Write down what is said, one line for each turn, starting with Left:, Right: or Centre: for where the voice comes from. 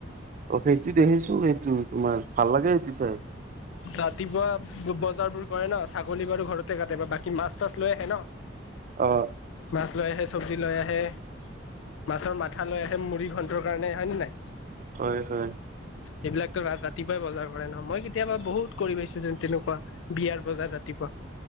Right: অ সেইটো দেখিছোঁ সেইটো তোমাৰ ভাল লাগে সেইটো চাই।
Left: ৰাতিপুৱা বজাৰবোৰ কৰে ন, ছাগলী বাৰু ঘৰতে কাটে বা বাকী মাছ চাছ লৈ আহে ন।
Right: অ
Left: মাছ লৈ আহে, চব্জি লৈ আহে, মাছৰ মা মাঠা লৈ আহে মূৰী ঘণ্টৰ কাৰণে, হয় নে নাই?
Right: হয় হয়
Left: এইবিলাকতো ৰা ৰাতিপুৱাই বজাৰ কৰে ন, মই কি - কেতিয়াবা বহুত কৰি পাইছো যেন তেনেকুৱা বিয়াৰ বজাত ৰাতিপুৱা।